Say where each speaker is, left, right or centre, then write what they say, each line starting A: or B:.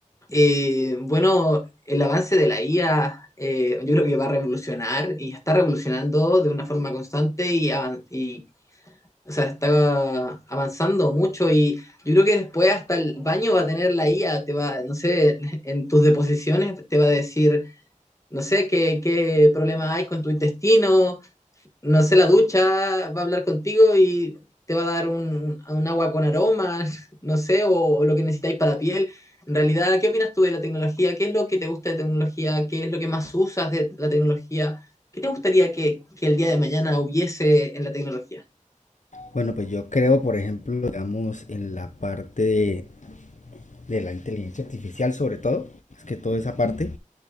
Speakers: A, on the left; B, on the left.
A: Eh, bueno, el avance de la IA eh, yo creo que va a revolucionar y está revolucionando de una forma constante y, avan- y o sea, está avanzando mucho y yo creo que después hasta el baño va a tener la IA, te va, no sé, <laughs> en tus deposiciones te va a decir, no sé, qué, qué problema hay con tu intestino, no sé, la ducha va a hablar contigo y te va a dar un, un agua con aroma, <laughs> no sé, o, o lo que necesitáis para la piel. En realidad, ¿qué opinas tú de la tecnología? ¿Qué es lo que te gusta de tecnología? ¿Qué es lo que más usas de la tecnología? ¿Qué te gustaría que, que el día de mañana hubiese en la tecnología?
B: Bueno, pues yo creo, por ejemplo, digamos, en la parte de, de la inteligencia artificial sobre todo, es que toda esa parte,